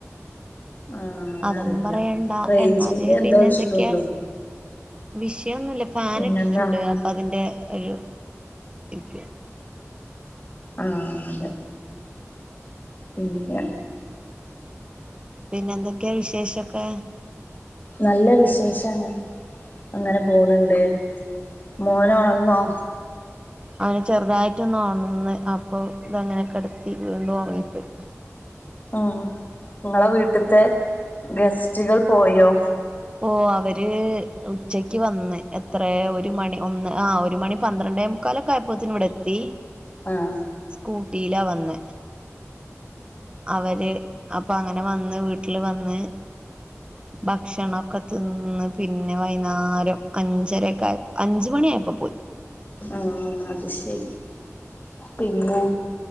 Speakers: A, on the left; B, on the right.
A: ആഹ് അതറിയില്ല
B: അതൊന്നും പറയണ്ട
A: റേഞ്ചിന്റെ
B: എന്നാല്
A: എന്തോ
B: പിന്നെ
A: ഇഷ്യൂ
B: എന്തൊക്കെയാ
A: ഉണ്ടോ
B: വിഷയമൊന്നുമില്ല ഫാൻ
A: പിന്നെന്താ
B: ഇട്ടിട്ടുണ്ട്
A: അങ്ങ്
B: അപ്പോ അതിന്റെ ഒരു <unintelligible>
A: ആഹ് അതെ പിന്നെ
B: പിന്നെന്തൊക്കെയാ വിശേഷൊക്കെ
A: നല്ല വിശേഷാണ് അങ്ങനെ പോണണ്ട് മോൻ ഉണർന്നോ
B: അവൻ ചെറുതായിട്ടൊന്ന് ഉണർന്ന് അപ്പോ ഇതങ്ങനെകിടത്തി വീണ്ടും ഉറങ്ങിപ്പോയി
A: ഉം നിങ്ങളെ വീട്ടത്തെ ഗസ്റ്റുകൾ പോയോ
B: ഓ അവര് ഉച്ചക്ക് വന്ന് എത്രയ ഒരു മണി ഒന്ന് ആഹ് ഒരു മണി പന്ത്രണ്ടേ മു മുക്കാല് ആയപ്പോത്തേക്ക് ഇവിടെ എത്തി
A: ആഹ്
B: സ്കൂട്ടിയിലാ വന്നെ അവര് അപ്പോ അങ്ങനെ വന്ന് വീട്ടില് വന്ന് ഭക്ഷണൊക്കെ തിന്ന് പിന്നെ വൈകുന്നേരം അഞ്ചരൊക്കെ ആയപ്പോ അഞ്ച് മണി ആയപ്പോ പോയി
A: ആഹ് അത് ശരി പിന്നെ